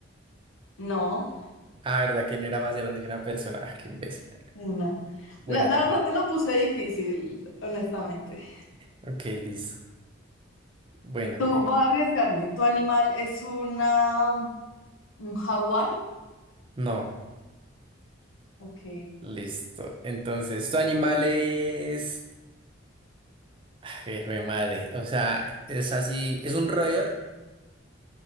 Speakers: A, on the left; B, on the right.
A: No,
B: Ah, ¿verdad? ¿Quién era más grande que una persona? Ah, qué imbécil.
A: eh, no.
B: Bueno,
A: La, la verdad te lo puse difícil, honestamente.
B: Ok, listo. Bueno,
A: Tú,
B: eh,
A: voy a arriesgarme. ¿Tu animal es una, un jaguar?
B: no,
A: Ok.
B: listo. Entonces, tu animal es... Ay, hijo de madre. O sea, es así, es un roedor.